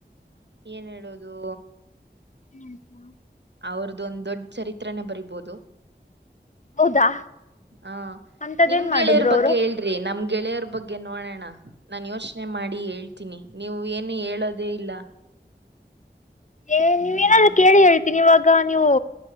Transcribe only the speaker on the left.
ಹ್ಮಾ
ಹೌದಾ
ಅಂತದೇನ್
ಮಾಡಿದ್ರು
ಅವ್ರು
ಏ ನೀವೇಏನಾದ್ ಕೇಳಿ ಹೇಳ್ತೀನಿ ಇವಾಗ ನೀವು